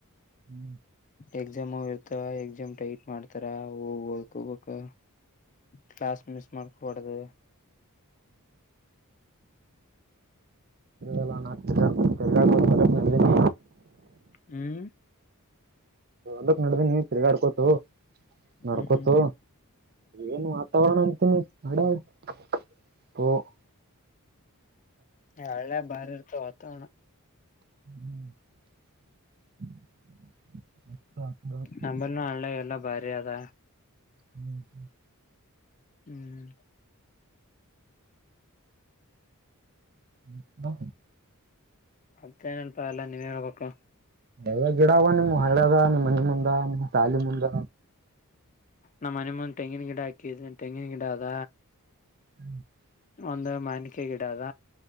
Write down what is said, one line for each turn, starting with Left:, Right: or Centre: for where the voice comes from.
Right: ಹ್ಮ್.
Left: ಎಕ್ಸಾಮ್ ಅವ ಇರ್ತಾವ ಎಕ್ಸಾಮ್ ಟೈಟ್ ಮಾಡ್ತಾರ ಅವು ಓದ್ಕೋ ಬೇಕು. Class miss ಮಾಡ್ಕಬ್ಯಾಡದು.
Right: <unintelligible> ತಿರ್ಗಾಡ್ಕೊತ
Left: ಹ್ಮ್.
Right: ಮೇಲ್ಕ ನಡ್ದನಿ ತಿರ್ಗಾಡ ಆಡ್ಕೊತೊ ನಡ್ಕೊತೊ.
Left: ಹ್ಮ್ ಹ್ಮ್
Right: ಏನು ವಾತಾವರಣ ಅಂತಿನಿ. <unintelligible>
Left: ಹೇ ಹಳ್ಳಾಗ ಬಾರಿ ಇರ್ತವ್ ವಾತಾವರಣ.
Right: <inaudible>
Left: ನಂಬಲ್ಲಿನೂ ಹಳ್ಳ್ಯಾಗ ಎಲ್ಲ ಭಾರಿ ಆದ.
Right: ಹ್ಮ್, ಹ್ಮ
Left: ಹ್ಮ್.
Right: <inaudible>
Left: ಮತ್ತೇ ಏನಪಾ ಎಲ್ಲ ನೀವೇ ಹೇಳ್ಬೇಕು.
Right: ಎಲ್ಲ ಗಿಡವ ನಿಮ್ ಹಳ್ಯಗ ನಿಮ್ಮ್ ಮನಿ ಮುಂದ ನಿಮ್ಮ್ ಸಾಲಿ ಮುಂದ.
Left: ನಮ್ಮ ಮನೆ ಮುಂದ ತೆಂಗಿನ ಗಿಡ ಹಾಕಿದ್ನ್ ತೆಂಗಿನ ಗಿಡ ಆದ.
Right: <inaudible>
Left: ಒಂದು ಮಾನಿಕಾಯಿ ಗಿಡ ಆದ.